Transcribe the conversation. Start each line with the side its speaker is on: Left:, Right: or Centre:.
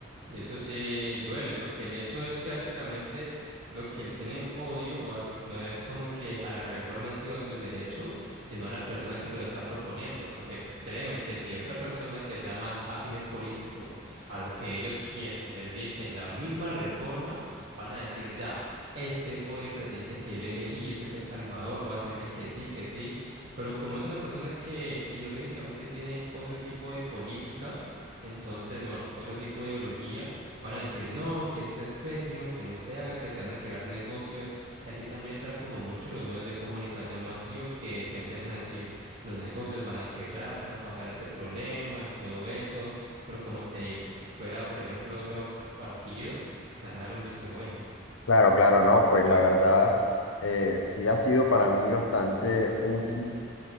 Right: y eso sí duele, porque el hecho es que básicamente lo que le tienen odio o basic- no es como que a la reforma en sí o a sus derechos, sino a la persona que lo está proponiendo, porque t- créeme que si otra persona que sea más afines políticos a lo que ellos quieren les dice la misma reforma, van a decir ya, este fue el presidente que yo elegí, este es El Salvador, voy a tenerle que sí, que sí, pero como es una persona que ideológicamente tiene otro tipo de política, entonces, bueno, otro tipo de ideología van a decir, no, que esto es pésimo, que no se haga, que se van a quebrar negocios. Y aquí también entran como mucho los medios de comunicación masivos que te empiezan a decir, los negocios van a quebrar, van a pasar este problema y todo eso. Pero como te digo, fuera, por ejemplo, otro partido, te van a dar un visto bueno.
Left: Claro, claro, no, pues la verdad eh, sí ha sido para mí bastante útil